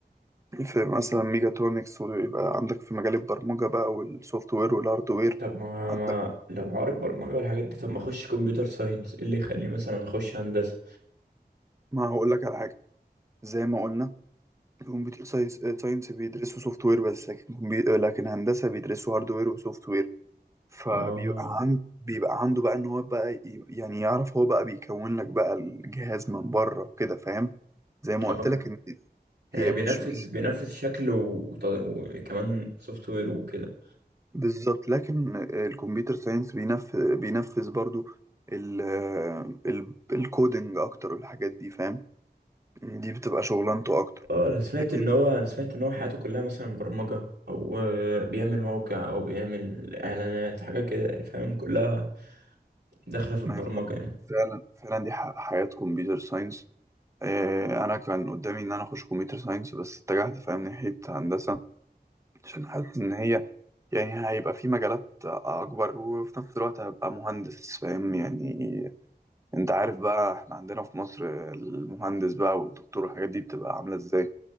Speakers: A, on the right; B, on the right.
A: في مثلا ميجاترونكس ويبقى عندك في مجال البرمجة بقى والسوفت وير والهارد وير
B: طب ما
A: عندك
B: ما لو عارف برمجة والحاجات دي طب ما اخش كمبيوتر ساينس ايه اللي يخليه مثلا اخش هندسة
A: ما هقول لك على حاجة زي ما قلنا كمبيوتر ساينس ساينس بيدرسوا سوفت وير بس لكن كمبي... لكن هندسه بيدرسوا هارد وير وسوفت وير فبيبقى
B: اه
A: عن... بيبقى عنده بقى ان هو بقى ي- يعني يعرف هو بقى بيكون لك بقى الجهاز من بره وكده فاهم زي ما
B: اه
A: قلت لك ان
B: يعني
A: هي
B: بينفذ
A: مش مش
B: بينفذ شكل وط- وكمان سوفت وير وكده
A: بالظبط لكن الكمبيوتر ساينس بينفذ بينفذ برضو ال... ال... الكودينج اكتر والحاجات دي فاهم دي بتبقى شغلانته اكتر
B: اه انا سمعت
A: لكن
B: ان هو انا سمعت ان هو حياته كلها مثلا برمجة او آه، بيعمل موقع او بيعمل اعلانات حاجة كده يعني فاهم كلها داخلة في البرمجة
A: ما هي
B: يعني
A: فعلا فعلا دي ح- حياة كمبيوتر ساينس آه، انا كان قدامي ان انا اخش كمبيوتر ساينس بس اتجهت فاهم ناحيه هندسه عشان حاسس ان هي يعني هيبقى في مجالات اكبر وفي نفس الوقت هبقى مهندس فاهم يعني انت عارف بقى احنا عندنا في مصر المهندس بقى والدكتور والحاجات دي بتبقى عامله ازاي